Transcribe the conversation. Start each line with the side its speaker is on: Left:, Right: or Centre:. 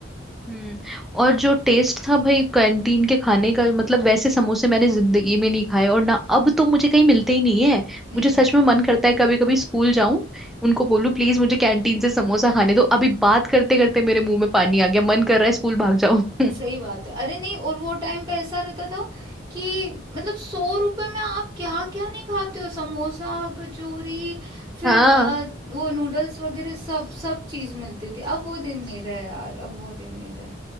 Centre: हम्म और जो टेस्ट था भाई कैंटीन के खाने का मतलब वैसे समोसे मैंने जिंदगी में नहीं खाए और ना अब तो मुझे कहीं मिलते ही नहीं है
Right: नहीं
Centre: मुझे सच
Right: मिलते
Centre: में मन करता है कभी कभी स्कूल जाऊं उनको बोलूं प्लीज मुझे कैंटीन से समोसा खाने दो अभी बात करते करते मेरे मुंह में पानी आ गया मन कर रहा है स्कूल भाग जाऊं
Right: सही
Centre: <laughs>
Right: बात है अरे नहीं और वो टाइम पे ऐसा रहता था कि मतलब सौ रुपए में आप क्या क्या नहीं खाते हो समोसा कचौरी फिर
Centre: हाँ
Right: अ, वो नूडल्स वगैरह सब सब चीज मिलती थी अब वो दिन नहीं रहे यार अब वो दिन नहीं रहे